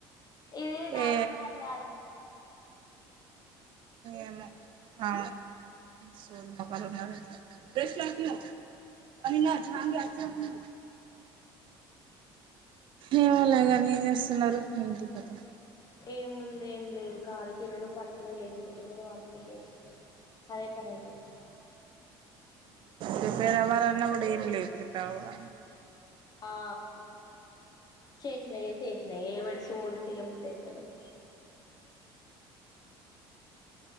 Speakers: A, on the left (about 40°); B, on the right (about 55°).
A: ఇది నార్మల్
B: ఏ
A: కాల్ కాదు
B: ఎమో నా సోదిమకన్ ఉన్నది యు నిట్లిజిబుల్ ఏమో లేగాని ఏం చేస్తున్నారు ఏంటి కథ
A: ఏంముంది ఏం లేదు కాలి తినుడు పంటలు లేసాడు తినుడు వంటలు లేసడు అదే పని అయితుంది
B: ప్రిపేర్ అవ్వాలన్నా కూడా ఏం లేవు ప్రిపేర్ అవ్వవుగ
A: ఆ చేసినయ చేసినయ ఏం వర్షం తో ల్ చెయ బుద్ధి అయితలేదు